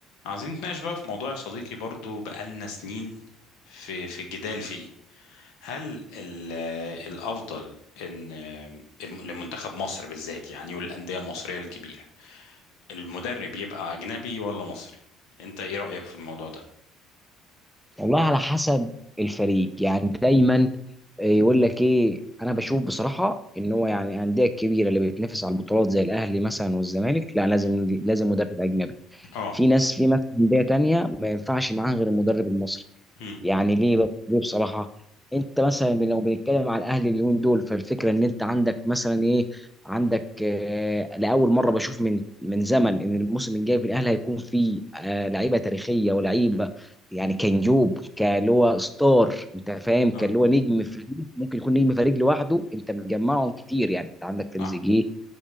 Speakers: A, on the left; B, in the centre.
A: عاوزين نتناقش بقى في موضوع يا صديقي برضو بقالنا سنين في في الجدال فيه هل ال- الأفضل إن الم- لمنتخب مصر بالذات يعني والأندية المصرية الكبيرة المدرب يبقى أجنبي ولا مصري؟ أنت إيه رأيك في الموضوع ده؟
B: والله على حسب الفريق يعني دايما يقول لك ايه انا بشوف بصراحه ان هو يعني الانديه الكبيره اللي بتنافس على البطولات زي الاهلي مثلا والزمالك لا لازم
A: مم.
B: لازم مدرب اجنبي
A: آه
B: في ناس في مثلا انديه تانية ما ينفعش معاها غير المدرب المصري
A: مم.
B: يعني ليه بقى؟ ليه بصراحه انت مثلا لو بنتكلم على الاهلي اليومين دول فالفكره ان انت عندك مثلا ايه عندك آه لاول مره بشوف من من زمن ان الموسم الجاي في الاهلي هيكون فيه آه لعيبه تاريخيه ولعيبه يعني كنجوب كان هو ستار انت فاهم كان
A: آه
B: هو نجم فريق ممكن يكون نجم فريق لوحده انت مجمعهم كتير يعني انت عندك تريزيجيه
A: صح